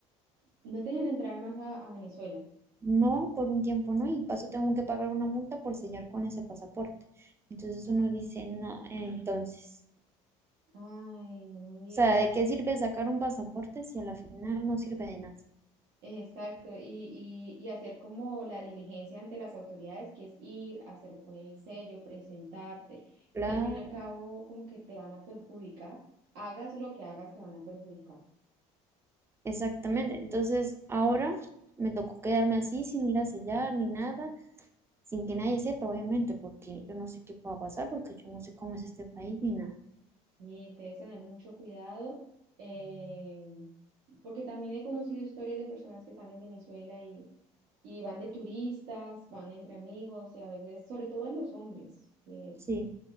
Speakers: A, on the right; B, on the right.
A: no te dejan entrar más a, a Venezuela.
B: No, por un tiempo no. Y paso tengo que pagar una multa por sellar con ese pasaporte. Entonces uno dice, no, entonces.
A: Ay, no me digas.
B: O sea, ¿de qué sirve sacar un pasaporte si a la final no sirve de nada?
A: Exacto, y, y, y hacer como la diligencia ante las autoridades, que es ir, hacerlo poner el sello, presentarte,
B: Claro,
A: que al fin y al cabo como que te van a perjudicar, hagas lo que hagas, te van a perjudicar.
B: exactamente. Entonces, ahora me tocó quedarme así sin ir a sellar ni nada. sin que nadie sepa, obviamente, porque yo no sé qué pueda pasar, porque yo no sé cómo es este país ni nada.
A: Y debes tener mucho cuidado, eh, porque también he conocido historias de personas que están en Venezuela y, y van de turistas, van entre amigos y a veces, sobre todo en los hombres, que
B: Sí,